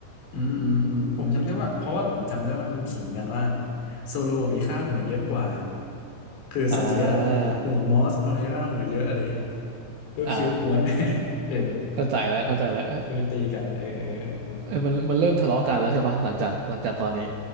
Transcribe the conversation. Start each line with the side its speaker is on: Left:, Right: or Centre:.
Left: อืมอืมอืมผมจำได้ว่าเพราะว่าผมจำได้ว่ามันขิงกันว่าโซโลมีค่าหัวเยอะกว่าคือซันจิก็แหละหัวมอสทำไมร่างหัวเยอะอะไรเงี้ย
Right: อ่า
Left: ก็คิ้วม้วน
Right: อ่า
Left: <laughs> เออ
Right: เข้าใจแล้วเข้าใจแล้วเอ้ย
Left: คุณีตีกันเออเออเออนะ
Right: เอ้ยมันมันเริ่มทะเลาะกันแล้วใช่ปะหลังจากหลังจากตอนนี้